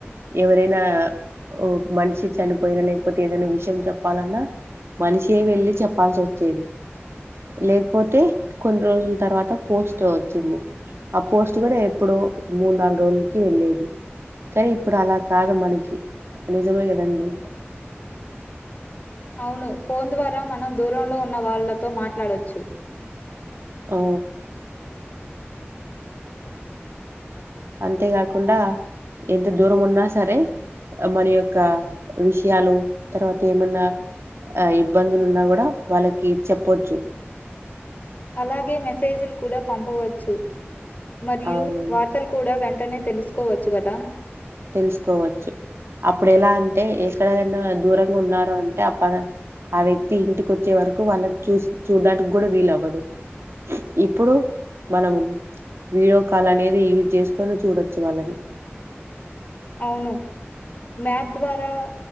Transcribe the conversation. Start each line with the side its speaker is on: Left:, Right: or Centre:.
Right: ఎవరైనాఓ మనిషి చనిపోయినా లేకపోతే ఏదైనా విషయం చెప్పాలన్నా మనిషే వెళ్ళి చెప్పాల్సి ఒచ్చేది లేకపోతే కొన్ని రోజుల తర్వాత పోస్ట్ వచ్చింది ఆ పోస్ట్ కూడా ఎప్పుడ మూడు నాలుగు రోజులకి వెళ్ళేది కానీ ఇప్పుడు అలా కాదు మనకి నిజమే కదండి
Left: <inaudible> అవును ఫోన్ ద్వారా మనం దూరంలో ఉన్న వాళ్లతో మాట్లాడొచ్చు
Right: ఆ అంతేకాకుండా ఎంత దూరం ఉన్నా సరే మన యొక్క విషయాలు తర్వాత ఏమన్నా ఆ ఇబ్బందులు ఉన్నా గూడా వాళ్ళకి చెపోచ్చు
Left: అలాగే మెసేజీలు కూడా పంపవచ్చు మరియు
Right: అవునండి.
Left: వార్తలు కూడా వెం వెంటనే తెలుసుకోవచ్చు గదా
Right: తెలుసుకోవచ్చు అప్పుడు ఎలా అంటే ఎక్కడేనా దూరంగా ఉన్నారు అంటే అ ప ఆ వ్యక్తి ఇంటికి వచ్చే వరకు వాళ్ళ చూసి చూడడానికి గూడా వీలవ్వదు ఇప్పుడు మనం వీడియో కాల్ అనేది యూజ్ చేసుకొని చూడొచ్చు వాళ్ళని
Left: అవును మ్యాప్ ద్వారా